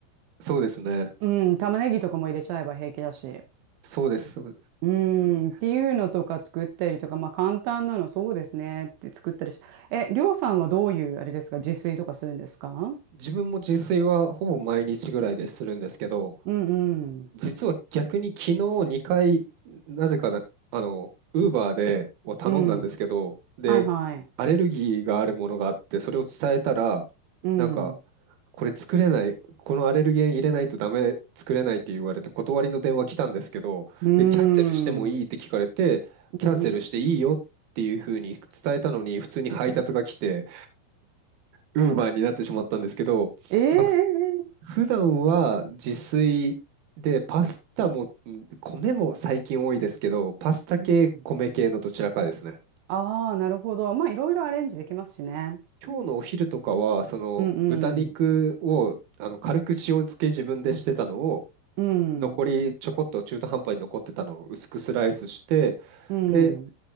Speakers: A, on the right; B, on the right.
A: そうですね。
B: うん、玉ねぎとかも入れちゃえば平気だし、
A: そうです。そうです
B: うん、
A: うん
B: っていうのとか作ったりとか、まあ簡単なのそうですねって作ったりし、え、りょうさんはどういうあれですか、自炊とかするんですか
A: 自分も自炊はほぼ毎日ぐらいでするんですけど、
B: うんうん、
A: 実は逆に昨日2回、なぜかな、あの、ウーバーでを頼んだんですけど、
B: うん、
A: で、
B: はいはい、
A: アレルギーがあるものがあって、それを伝えたら、
B: うん。
A: なんか、これ作れない、このアレルゲン入れないとダメ、作れないって言われて断りの電話来たんですけど、
B: うーん。うん
A: で、キャンセルしてもいいって聞かれて、キャンセルしていいよっていうふうに伝えたのに、
B: うん
A: 普通に配達が来て、
B: うん
A: ウーバーになってしまったんですけど、
B: ええ
A: まあ、普段は自炊で、パスタも、ん米も最近多いですけど、パスタ系、
B: うん。
A: 米系のどちらかですね。
B: ああ、なるほど。まあ、いろいろアレンジできますしね。
A: 今日のお昼とかは、その豚肉をあの軽く塩漬け自分でしてたのを、
B: うんうん。うん。
A: 残りちょこっと中途半端に残ってたのを薄くスライスして、
B: うん。
A: で、